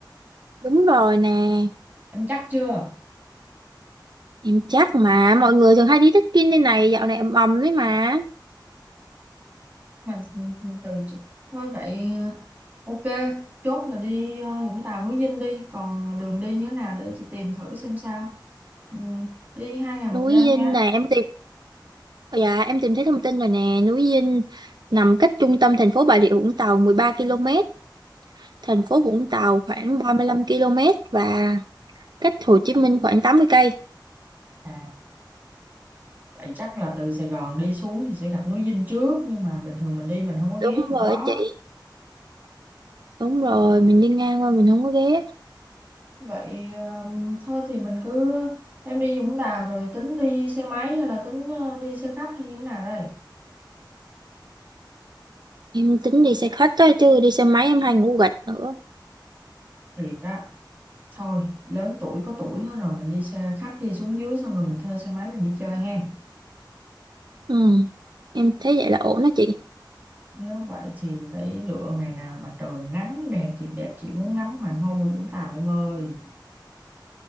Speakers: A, on the right; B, on the right.
A: đúng rồi nè
B: em chắc chưa
A: em chắc mà mọi người thường hay đi trekking đây này dạo này ầm ầm đấy mà
B: mình từ thôi vậy ok chốt là đi ờ, Vũng Tàu núi Dinh đi còn đường đi như thế nào để chị tìm thử xem sao ừ, đi hai ngày một
A: núi
B: đêm
A: Dinh
B: nhá
A: này em tìm Ờ Dạ, em tìm thấy thông tin rồi nè, núi Dinh nằm cách trung tâm thành phố Bà Rịa Vũng Tàu 13 km, thành phố Vũng Tàu khoảng 35 km và cách Hồ Chí Minh khoảng 80 cây.
B: à vậy chắc là từ Sài Gòn đi xuống thì sẽ gặp núi Dinh trước nhưng mà bình thường mình đi mình không có ghé
A: Đúng
B: chỗ
A: rồi
B: đó
A: chị, đúng rồi, mình đi ngang qua mình không có ghé.
B: vậy ờ, thôi thì mình cứ em đi Vũng Tàu rồi tính đi xe máy hay là tính ờ, đi xe khách hay như thế nào đây
A: Em tính đi xe khách đó chứ đi xe máy em hay ngủ gật nữa.
B: thiệt á thôi lớn tuổi có tuổi hết rồi mình đi xe khách đi xuống dưới xong rồi mình thuê xe máy mình đi chơi ha
A: Ừ. Em thấy vậy là ổn đó chị.
B: nếu vậy thì phải lựa ngày nào mà trời nắng đẹp thì đẹp chị muốn ngắm hoàng hôn của Vũng Tàu em ơi